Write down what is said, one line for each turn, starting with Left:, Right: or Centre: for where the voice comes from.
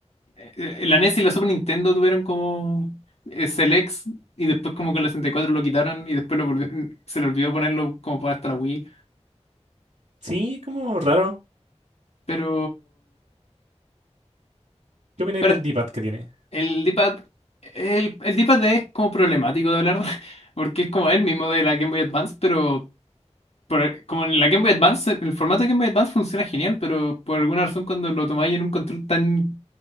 Left: eh, eh, la NES y la Super Nintendo tuvieron como eh, Selects y después como que la 64 lo quitaron y después lo volvi- mm, se le olvidó ponerlo como para hasta la Wii.
Right: Sí, es como raro.
Left: Pero,
Right: ¿Qué opináis
Left: pero
Right: del D-pad que tiene?
Left: el D-pad el, el D-pad es como problemático de hablar <laughs> porque es como el mismo de la Game Boy Advance, pero por- eh, como en la Game Boy Advance, el el formato de Game Boy Advance funciona genial, pero por alguna razón cuando lo tomáis en un control tan